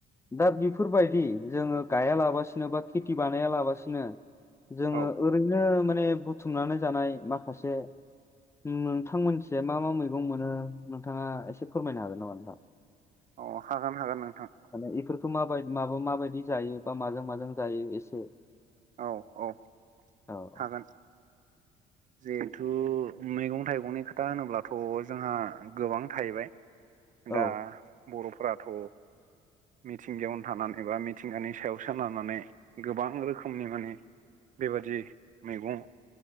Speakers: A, on the left (about 15°); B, on the right (about 50°).
A: दा बेफोरबायदि जोङो गाया लाबासिनो बा खेथि बानाया लाबासिनो जोङो
B: औ
A: ओरैनो माने बुथुमनानै जानाय माखासे नोंथां मोनथिजाय मा मा मैगं मोनो नोंथाङा एसे फोरमायनो हागोन नामा नोंथां
B: अ हागोन हागोन नोंथां
A: माने बेफोरखौ माबाय माबा माबायदि जायो बा माजों माजों जायो एसे
B: औ औ
A: औ
B: हागोन जिहेथु मैगं थाइगंनि खोथा होनोब्लाथ' जोंहा गोबां थाहैबाय
A: औ
B: दा बर'फोराथ मिथिंगायावनो थानानै बा मिथिंगानि सायावसो लानानै गोबां रोखोमनि माने बेबादि मैगं